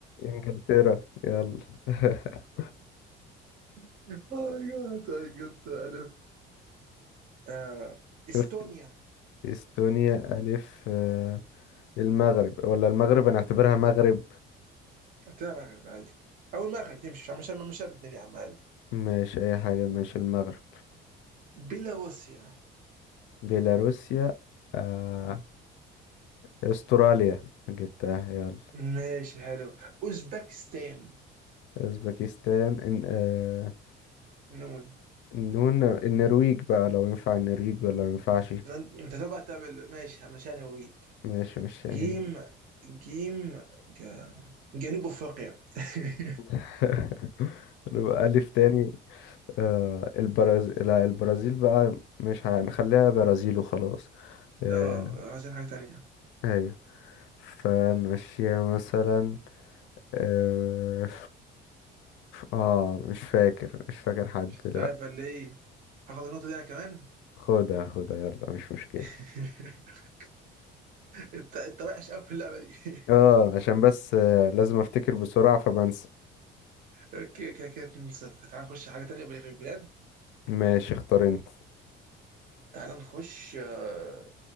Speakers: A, on the left (about 75°); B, on the right (about 45°).
A: انجلترا يلا <laughs>
B: <laughs> ماي جاد قلت الف آه،
A: شفت
B: استونيا
A: استونيا الف آه، المغرب ولا المغرب انا اعتبرها مغرب
B: قلت لها مغرب عادي او المغرب تمشي عشان مش الاثنين يا عم عادي
A: مش اي حاجة مش المغرب
B: بيلاروسيا
A: بيلاروسيا آه، استراليا جبتها يلا
B: ماشي حلو اوزبكستان
A: اوزبكستان إن... آه.
B: نون
A: نون النرويج بقى لو ينفع النرويج ولا ما ينفعش
B: نن- انت تبقى تعمل ماشي عشان اوريك
A: ماشي مش يعني
B: جيم جيم ج- جنوب افريقيا <laughs>
A: <laughs> نبقى ألف تاني آه البرازيل لا البرازيل بقى مش هنخليها برازيل وخلاص آه
B: اه عايزين حاجه تانية
A: أيوة فنمشيها مثلا آه, آه مش فاكر مش فاكر حد دلوقتي
B: مش عارف ولا ايه هاخد النقطه دي انا كمان
A: خدها خدها يلا مش مشكلة
B: <laughs> انت انت وحش قوي في اللعبه دي <laughs>
A: اه عشان بس آه لازم افتكر بسرعة فبنسى
B: اوكي كده كده 2 0 تعال نخش حاجه تانية بلغ البلاد
A: ماشي اختار انت
B: تعال نخش آه،